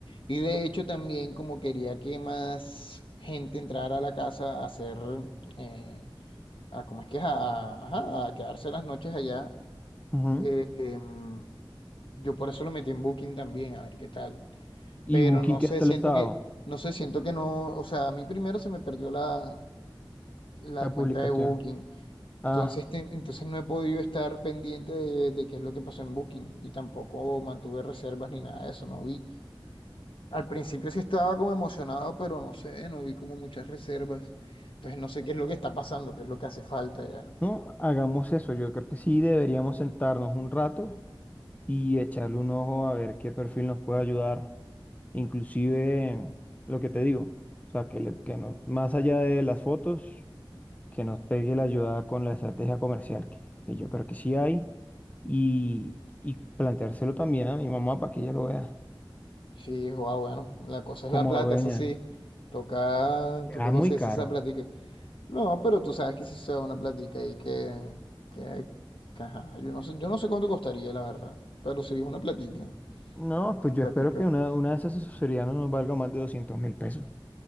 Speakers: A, on the left; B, on the left.
A: Y de hecho también como quería que más gente entrara a la casa a hacer, eh, a, ¿cómo es que es? A, a- ajá, a quedarse las noches allá.
B: Ujú.
A: eh, em, yo por eso lo metí en Booking también, a ver qué tal.
B: ¿Y
A: Pero
B: Booking
A: no
B: qué
A: sé,
B: tal
A: siento
B: estado?
A: que... No sé, siento que no, o sea, a mí primero se me perdió la, la
B: La
A: cuenta
B: publicación.
A: de Booking.
B: Ah,
A: Entonces, te- entonces no he podido estar pendiente de, de qué es lo que pasó en Booking y tampoco mantuve reservas ni nada de eso, no vi. Al principio sí estaba como emocionado, pero no sé, no vi como muchas reservas. Entonces no sé qué es lo que está pasando, qué es lo que hace falta ya.
B: no, hagamos eso. Yo creo que sí deberíamos sentarnos un rato y echarle un ojo a ver qué perfil nos puede ayudar. Inclusive lo que te digo, o sea, que, le- que no, más allá de las fotos, que nos pegue la ayuda con la estrategia comercial, que, que yo creo que sí hay, y, y planteárselo también a mi mamá para que ella lo vea
A: Sí, guau, bueno, la cosa
B: como
A: es la plata,
B: dueña.
A: eso sí. Toca, toca
B: Ah,
A: conseguirse
B: muy caro.
A: esa platica. No, pero tú sabes que si se da una platica ahí que, que, que ajá, yo no sé, yo no sé cuánto costaría, la verdad. Pero sí es una platica,
B: No, pues
A: una
B: yo
A: platica.
B: espero que una, una de esas asesorías no nos valga más de doscientos mil pesos.